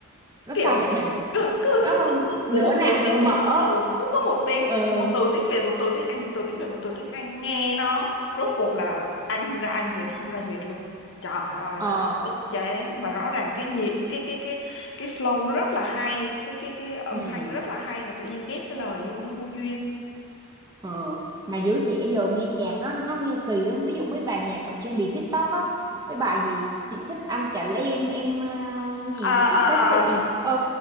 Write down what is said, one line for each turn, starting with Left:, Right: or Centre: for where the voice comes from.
Right: nó
Left: kiểu
Right: sàn
Left: cứ cứ
Right: nó không
Left: cứ cứ,
Right: nửa
Left: cứ một
Right: nạc
Left: từ
Right: nửa
Left: tiếng
Right: mỡ
Left: Việt ừ, cứ có một tiếng
Right: ừ
Left: một từ tiếng Việt một từ tiếng Anh một từ tiếng Việt một từ tiếng Anh nghe nó rốt cuộc là Anh không ra Anh Việt không ra Việt luôn trời ơi
Right: ờ
Left: tao đã ức chế mà rõ ràng cái nhị cái cái cái cái flow nó rất là hay cái cái cái âm
Right: ừ
Left: thanh nó rất là hay mà tự nhiên ghép cái lời vô nó vô duyên
Right: Ờ, mà giới trẻ giờ nghe nhạc đó nó nghe kỳ lắm ví dụ mấy bài nhạc mà trendy TikTok á mấy bài gì chị thích anh cả lấy em em à, gì
Left: à, à,
Right: thích xá xị
Left: à,
Right: ờ